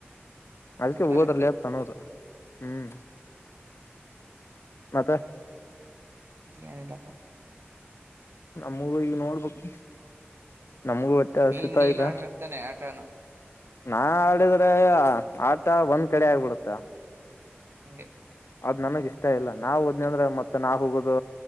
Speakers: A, on the left; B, on the right.
A: ಅದಕ್ಕೆ
B: ಅದು
A: ಹೋದ್ರಲ್ಲಿ
B: ಕರೆಕ್ಟೆ
A: ಹರ್ತಾನೋದು. ಹ್ಮ್ ಮತ್ತೆ.
B: ಜಿ ಅನಲ್ಲಫಾ.
A: ನಮ್ಮಗ ಈಗ ನೋಡ್ಬೇಕು. ನಮಗು ಒಟ್ಟೆ ಆಸತ
B: ನೀನ್ ನೀನ್
A: ಆಯ್ತ
B: ಆಡ್ಬೇಕ್ ತಾನೆ ಆಟನ
A: ನಾ ಆಡಿದ್ರೆ. ಆತ ಒಂದ್ ಕಡೆ ಆಗ್ಬಿಡುತ್ತ.
B: ಹಗೆ.
A: ಅದ್ ನನಗ್ ಇಷ್ಟ ಇಲ್ಲ ನಾವ್ ಹೋದ್ನ ಅಂದ್ರೆ ಮತ್ತೆ ನಾವ್ ಹೋಗೋದು